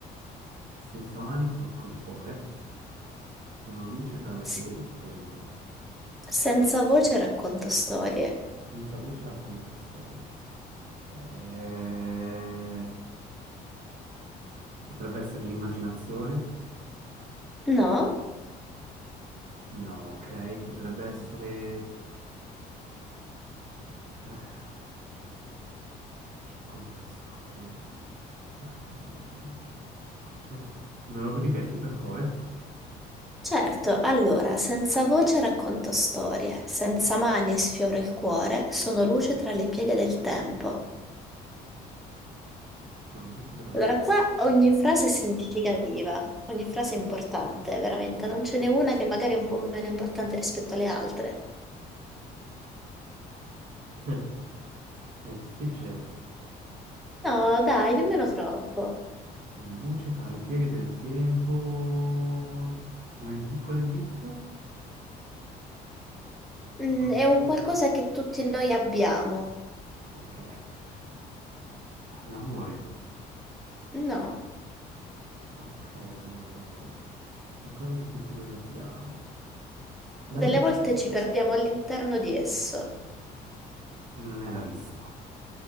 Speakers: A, on the right; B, in the centre.
A: senza mani tocco il cuore. Sono luce tra le
B: S-
A: pieghe del tempo.
B: Senza voce racconto storie.
A: Senza voce racconto storie. Eh, Potrebbe essere l'immaginazione?
B: No?
A: No, ok. Potrebbe essere... eh, Racconto storie. Ehm, pu- pu- Me lo ripeti, per favore?
B: Certo, allora, senza voce racconto storie, senza mani sfioro il cuore, sono luce tra le pieghe del tempo.
A: Sono luce tra le
B: Allora,
A: pieghe...
B: qua ogni frase è significativa, ogni frase è importante, veramente, non ce n'è una che magari è un po' meno importante rispetto alle altre.
A: Eh, <laughs> È difficile.
B: No, dai, nemmeno troppo.
A: Sono luce tra le pieghe del tempo. Un piccolo indizio? È
B: Mm,
A: qualcosa-
B: è un qualcosa che tutti noi abbiamo.
A: Ok. Eh, L'amore.
B: No,
A: Ok, non è l'amore. Qualcosa che tutti noi abbiamo. La
B: delle
A: vista.
B: volte ci perdiamo all'interno di esso.
A: Non è la vista.